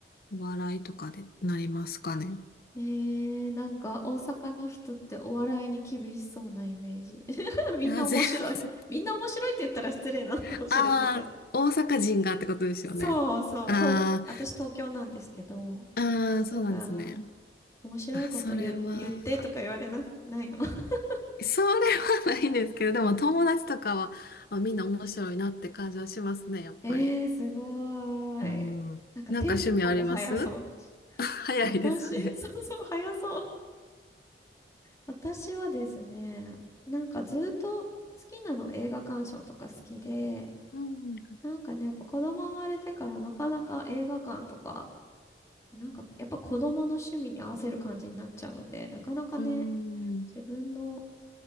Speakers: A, on the left; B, on the left.
A: うお笑いとかでなりますかね。
B: えー、なんか大阪の人ってお笑いに厳しそうなイメージ。<laughs> みんな面白い。
A: いや、全然。
B: <laughs> みんな面白いって言ったら失礼なのかもしれないけど。
A: <laughs> ああ、大阪人がってことですよね。
B: そうそう、
A: あ
B: 東、私東京なんですけど、
A: あ、ああ、そうなんですね。
B: なんか面白いこと言、
A: あ、それは、
B: 言ってとか言われな、ないの。<laughs>
A: それはないんですけど、でも友達とかは、あ、みんな面白いなって感じはしますね、やっぱり。
B: えー、すごーい。
A: うん。
B: なんかテンポも速そうだし。
A: なんか趣味あります <laughs> 早いです、
B: 私
A: 早い。
B: <laughs> そうそう、速そう。私はですね、なんかずっと好きなの映画鑑賞とか好きで、
A: うん
B: なんかね、やっぱ子供生まれてからなかなか映画館とか、なんかやっぱ子供の趣味に合わせる感じになっちゃうんで、なかなかね、
A: うーん。
B: 自分の、